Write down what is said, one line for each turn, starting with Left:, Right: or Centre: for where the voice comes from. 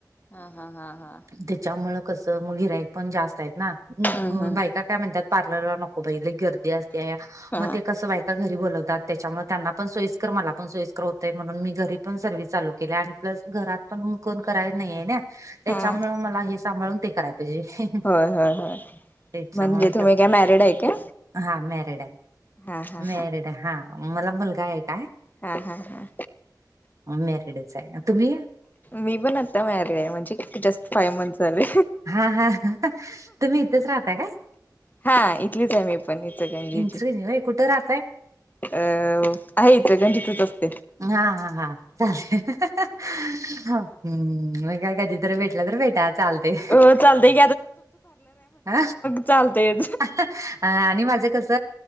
Left: हा हा हा हा
Right: त्याच्यामुळं कस मग गिराईक पण जास्त आहेत ना. हम,
Left: हम् हम्
Right: बायका काय म्हणतात पार्लरला नको बाई लई गर्दी असते
Left: हा
Right: मग ते. कसं बाय का घरी बोलवतात त्याच्यामुळे त्यांना पण सोईस्कर मला पण सोईस्कर होतय म्हणून मी घरी. पण सर्व्हिस चालू केलिया आणि प्लस घरात पण कोण करायला नाहीये ना. त्याच्यामुळे
Left: हा
Right: मला हे सांभाळून ते कराय पाहिजे.
Left: होय होय होय,
Right: त्याच्यामुळं
Left: म्हणजे तुम्ही
Right: तर
Left: काय मॅरिड आहे काय
Right: हा मॅरिड आहे.
Left: हा हा
Right: मॅरिड आहे हा मला मुलगा एक आहे.
Left: हा हा हा,
Right: मॅरिडच आहे तुम्ही?
Left: मी पण आता मॅरीड आहे म्हणजे किती जस्ट फाईव्ह मंथ झाले.
Right: हा हा, तुम्ही इथंच राहता काय?
Left: हा इथलीच आहे मी पण इचलकरंजीची
Right: इचलकरंजीत होय कुठे राहताय.
Left: अ आहे इचलकरंजीतच असतोय.
Right: हा हा हा, हम्म हा, मग काय कधी तर भेटला तर भेटाल. चालतय
Left: हो चालतंय
Right: आ,
Left: चालतय.
Right: हा, आणि माझं कस. त